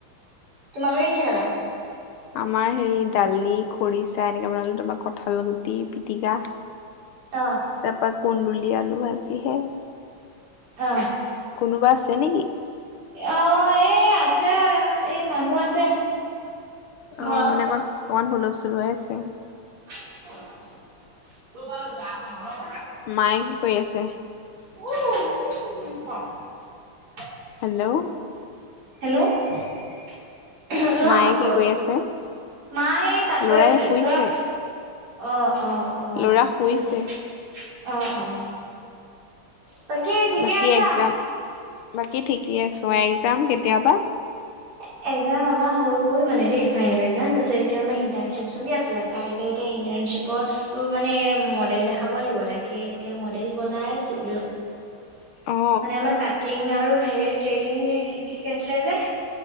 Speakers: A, on the right (about 90°); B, on the left (about 80°).
A: তোমালোকে কিহে খালা
B: আমাৰ হেৰি দালি খৰিচা এনেকে বনালো তাপা কঁঠাল গুটি পিটিকা
A: অ',
B: তাপা কুন্দুলি আলু ভাজিহে
A: অ
B: কোনোবা আছে নেকি?
A: অ এই আছে আৰু এই মানুহ আছে।
B: অ
A: ঘৰত।
B: মানে অকণ অকমান হুলস্থুল হৈ আছে।
A: <unintelligible>
B: মায়ে কি কৈ আছে?
A: <unintelligible>
B: হেল্ল'
A: হেল্ল' লৰা
B: মায়ে
A: ক'ত
B: কি
A: গ'ল?
B: কৰি আছে?
A: মা এই তাঁত
B: ল'ৰাই
A: বৈ আছে,
B: শুইছে
A: লৰা অ অ অ
B: ল'ৰা শুইছে।
A: হৈছে অ অ। তাকে ঠিকে
B: বাকী
A: আছা?
B: এক্সাম বাকী ঠিকেই আছো একযাম কেতিয়া পা?
A: <unintelligible> একজাম আমাৰ হৈ গ'ল মানে দেই ফাইনেল একজাম তাৰপিছত এতিয়া আমাৰ ইণ্টাৰ্নশিপ চলি আছিলে কাইকে এটা ইটাৰ চিপৰ এইবোৰ মানে মডেল দেখাব লাগিব তাকে এতিয়া মডেল বনাই আছো। মানে
B: অ
A: আমাৰ কাটিং আৰু হেয়ৰ টেইলিং শিকাইছিলে যে